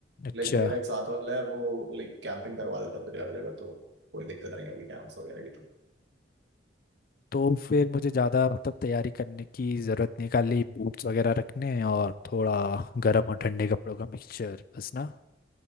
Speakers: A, on the left; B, on the right.
A: अच्छा
B: लाइक मेरा एक साथ वाला है वो लाइक कैंपिंग करवा देता है तुझे हर जगह तो कोई दिक्कत नहीं होगी कैंप्स वगैरह की तो
A: तो फिर मुझे ज़्यादा मतलब तैयारी करने की ज़रूरत नहीं खाली बूट्स वगैरह रखने हैं और थोड़ा गर्म और ठंडे कपड़ों का मिक्सचर बस ना